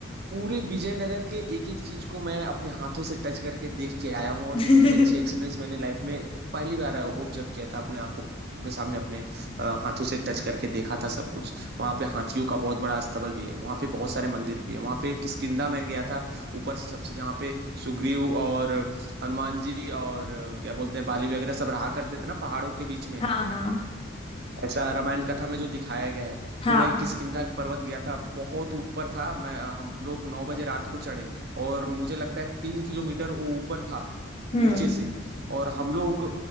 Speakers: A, on the right; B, on the left.
A: पूरे विजयनगर के एक एक चीज को मैं अपने हाथों से टच करके देख के आया हूँ और
B: <laughs>
A: इतनी अच्छी एक्सपीरियंस मैंने लाइफ में पहली बार ऑब्जर्व किया था अपने आंखों के सामने अपने अ, हाथों से टच करके देखा था सब कुछ वहाँ पे हाथियों का बहुत बड़ा अस्तबल भी है वहाँ पे बहुत सारे मंदिर भी है वहाँ पे किष्किंधा में गया था ऊपर सबसे जहाँ पे सुग्रीव और हनुमान जी और अ, क्या बोलते हैं बाली वगैरह सब रहा करते थे ना पहाड़ों के बीच में
B: हाँ हाँ
A: ऐसा रामायण कथा में जो दिखाया गया है
B: हाँ
A: तो मैं किष्किंधा पर्वत गया था बहुत ऊपर था मैं हम लोग नौ बजे रात को चढ़े और मुझे लगता है तीन किलोमीटर वो ऊपर था
B: हम्म
A: नीचे से और हम लोग